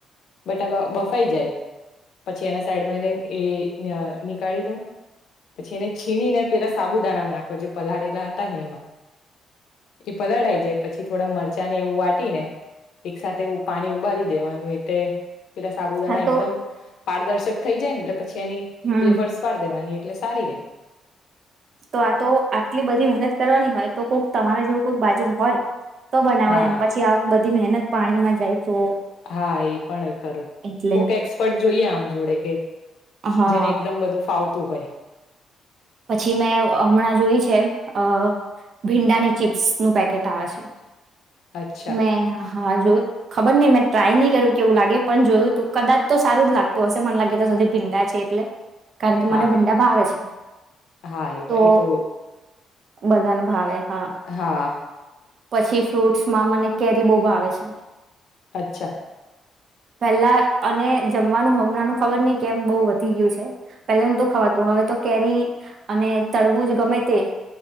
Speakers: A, on the left (about 75°); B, on the right (about 55°).
A: બટાકા બ-બફાઈ જાય, પછી એના સાઈડમાં લઈને એ અહ નીકાળી દો. પછી એને છીની ને પેલા સાબુદાણામાં નાખો જે પલાળેલા હતા ને એમાં. એ પલળાઈ જાય પછી થોડા મરચાં ને એવું વાટી ને એક સાથે ઉ પાણી ઉબાારી દેવાનું એ તે પેલા સાબુદાણા
B: હા તો
A: એકદમ પારદર્શક થઈ જાએ ને છે ની
B: હમ
A: વેફર્સ પાડ દેવાની ઈ એટલે સારી રે.
B: તો આતો આટલી બધી મહેનત કરવાની હોય, તો કોઈક તમારે જેવું કોઈક બાજુ હોય. તો બનાવે
A: હા
B: એમ પછી આ બધી મહેનત. પાણીમાં જાય. તો
A: હા, એ પણ ખરું.
B: એટલે
A: કોક એક્સપર્ટ જોઈએ આમ જોડે. <inaudible>
B: હા
A: જેને એકદમ બધું ફાવ. તો હોય.
B: પછી મેં હમણાં જોઈ છે. અ ભીંડાની ચીપ્સ નું પેકેટ આવે છે.
A: અચ્છા
B: મે હા જો ખબર નહી મે. ટ્રાય ની કર્યું, કેવું લાગે. પણ જોયું તું કદાચ તો સારું જ લાગતું હશે. મને લાગે તો સુધી ભીંડા છે એટલે. કારણ કે
A: હા
B: મને ભીંડા ભાવે છે.
A: હા, એ
B: તો
A: પણ એતો.
B: બધાને ભાવે. હા
A: હા.
B: પછી ફ્રૂટ્સમાં મને કેરી બો ભાવે છે.
A: અચ્છા.
B: પહેલા અને જમવાનું હમણાંનુ ખબરની કેમ બહુ વધી ગયું છે. પહેલા તો ખવાતું હવે તો કેરી અને તડબુંજ ગમે તે.